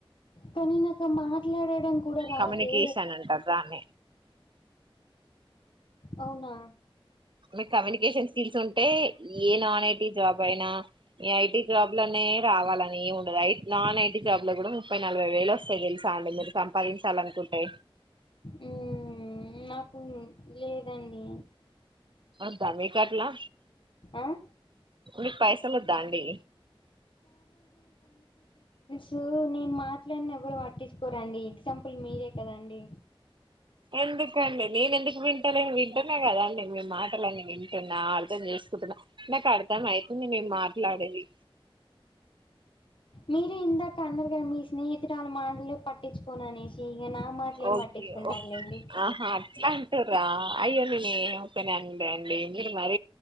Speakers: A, on the left; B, on the right.
A: కానీ నాక ఆ మాట్లాడడం కూడా రాదే
B: కమ్యూనికేషన్ అంటారు దాన్నే
A: అవునా
B: మీకు కమ్యూనికేషన్ స్కిల్స్ ఉంటే ఏ నాన్ ఐటీ జాబ్ అయినా ఐటీ జాబ్లోనే రావాలని ఏం ఉండదు ఐ నాన్ ఐటీ జాబ్లో కూడా ముప్పై నలభై వేలు వస్తాయి తెలుసాండి మీరు సంపాదించాలనుకుంటే
A: ఉమ్మ్ నాకు లేదండి
B: అయిందా మీ కట్లా
A: ఆ
B: ఉ పైసలోదండి
A: సూ నేను మాట్లాడిన ఎవరు పట్టించుకోరండి ఎగ్జాంపుల్ మీరే కదా అండి
B: ఎందుకండి నేను ఎందుకు వింటాలే వింటున్నా కదండి మీ మాటలన్నీ వింటున్నా అర్థం చేస్త సున్నాం నాకు అర్థం అయితుంది మీరు మాట్లాడేది
A: మీరే ఇందాక అన్నరు కదా మీ స్నేహితురాళ మాటలు పట్టించుకోని అనేసి ఇక నా మాటలు ఏం
B: ఒకే
A: పట్టించుకుంటారులేండి
B: ఒకే ఆహ అ అంట్లా అంటూర్రా అయ్యో కనే అడి అండి మీరు మర